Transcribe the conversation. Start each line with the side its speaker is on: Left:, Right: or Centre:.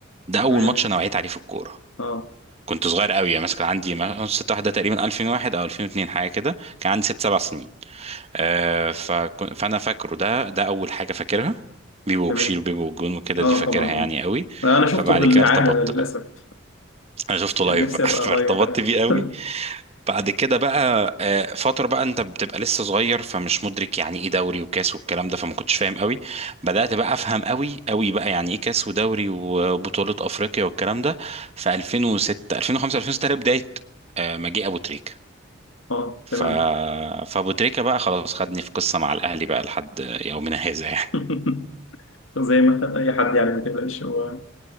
Right: ده اول
Left: تمام
Right: ماتش انا وعيت عليه في الكورة
Left: اه
Right: كنت صغير قوي يعني مثلا كان عندي ما- 6-1 ده تقريبا 2001 او 2002 حاجة كده كان عندي 6 7 سنين آه فكن... فانا فاكره ده ده اول حاجه فاكرها بيبو
Left: تمام
Right: وبشير وبيبو والجون وكده
Left: اه
Right: دي فاكرها
Left: طبعا
Right: يعني قوي
Left: اه انا شفته
Right: فبعد
Left: في الاعادة
Right: كده ارتبطت
Left: ده للاسف
Right: بقى <laughs> انا شفته
Left: كان
Right: لايف
Left: نفسي
Right: بقى
Left: ابقى
Right: <laughs> فارتبطت
Left: لايف بقى
Right: بيه قوي
Left: <laughs>
Right: بعد كده بقى آه، فتره بقى انت بتبقى لسه صغير فمش مدرك يعني ايه دوري وكاس والكلام ده فما كنتش فاهم قوي بدات بقى افهم قوي قوي بقى يعني ايه كاس ودوري وبطوله افريقيا والكلام ده في 2006 2005 2006 بدايه آه، مجيء ابو تريكه
Left: اه
Right: ف...
Left: تمام
Right: فابو تريكة بقى خلاص خدني في قصة مع الاهلي بقى لحد يومنا هذا يعني
Left: <laughs> زي ما خد اي حد يعني ما تقلقش هو